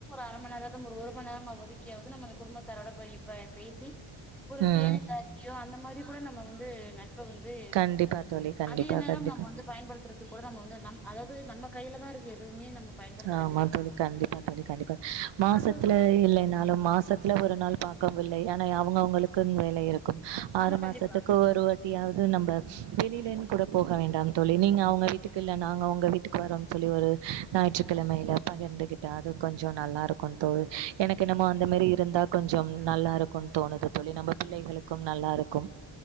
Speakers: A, in the centre; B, on the right (about 60°).
A: அர மணி நேர ஒரு மணி நேரமாவது ஒதுக்கியாவது நம்ம குடும்பத்தாரோட இப்ப போயி பேசி ஒரு
B: ம்
A: தேனக்கலக்கியோ அந்த மாரி இது கூட நம்ம வந்து நட் பு வந்து
B: கண்டிப்பா தோழி கண்டிப்பா
A: அதிக நேரம்
B: கண்டிப்பா.
A: நம்ம வந்து பயன்படுத்துற கூட நம்ம வந்து அதாவது நம் நம்ம கையில தான் இருக்கு எதுவுமே நம்ம பயன்படுத்துற
B: ஆமா
A: விதம்
B: தோழி கண்டிப்பா தோழி கண்டிப்பா மாசத்துல
A: அது
B: இல்லனாலோ மாசத்துல ஒரு நாள் பாக்கவும் இல்லை ஆனா அவுங்கவுங்களுக்கு வேலை இருக்கும் ஆறு
A: ஆமா
B: மாசத்துக்கு
A: கண்டிப்பா
B: ஒருவாட்டியாவது நம்ப வெளியிலேனு கூட போக வேண்டாம்னு சொல்லி நீங்க அவங்க வீட்டுக்கு இல்ல நாங்க உங்க வீட்டுக்கு வரோம்ு சொல்லி ஒரு ஞாயிற்றுக்கிழமையில பகிர்ந்துகிட்டா அது கொஞ்சோ நல்லா இருக்கோ தோழி எனக்கு என்னமோ அந்த மாரி இருந்தா கொஞ்சோ நல்லா இருக்கோனு தோணுது தோழி நம்ம பிள்ளைகளுக்கும் நல்லா இருக்கும்